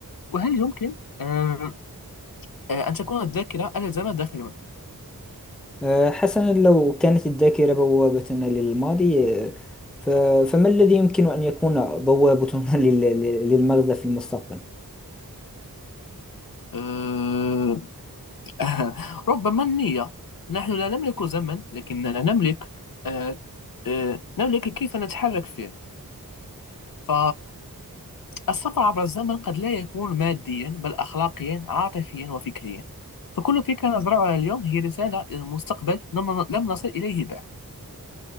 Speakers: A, on the left (about 65°); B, in the centre.
A: وهل يمكن آه، آه، أن تكون الذاكرة ألا زمن داخل
B: آه، حسنا لو كانت الذاكرة بوابتنا للماضي آه، ف- فما الذي يمكن أن يكون بوابتنا <laughs> لل- لل- للمغزى في المستقبل؟
A: آه، <laughs> ربما النية نحن لا نملك زمن لكننا نملك آه، آه، نملك كيف نتحرك فيه ف السفر عبر الزمن قد لا يكون ماديا بل أخلاقيا عاطفيا وفكريا فكل فكرة نزرعها اليوم هي رسالة إلى المستقبل لم لم نصل إليه بعد